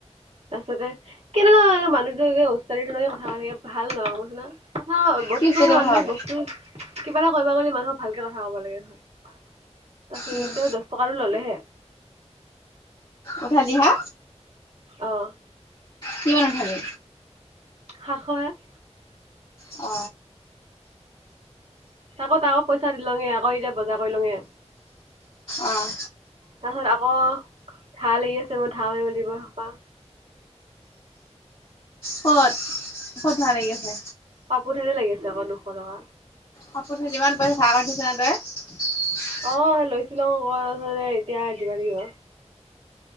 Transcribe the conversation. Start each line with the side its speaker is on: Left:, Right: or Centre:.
Right: তাৰ পাছতে কেনেকুৱা মানুহটোে ওিকে কথা পাতিাকে ভাল নহ মইচিনা কথা বস্তু
Left: কি কেতিয়া
Right: মানুহে
Left: উঠাব
Right: বস্তুৱ কিবা এটা কা গলে মানুহক ভালকে কথা কব লাগে হয় তাৰ পিছত
Left: উম
Right: তেওঁ দহ টকাটো ললেহে
Left: উঠালি হা
Right: অহ
Left: কিয়মান ভাবে
Right: সাতশ
Left: অ
Right: তাকো আকৌ পইচা দি লঙে আকৌ এতিয়া বজাৰ কৰি লঙে
Left: অঁ
Right: তাৰ পাছত আকৌ ঘাঁ লাগি আছে মই ঘাঁ মেলিব পাওঁ
Left: কত কত ভাল লাগিছে
Right: পাপো হালতে লাগিছে আকৌ দুশ টকা
Left: কাপোৰে যিমান পইচা চাহ কৰি উঠিছ ন তই
Right: অ লৈছিলও আক ওচ এতিয়া দিব লাগিব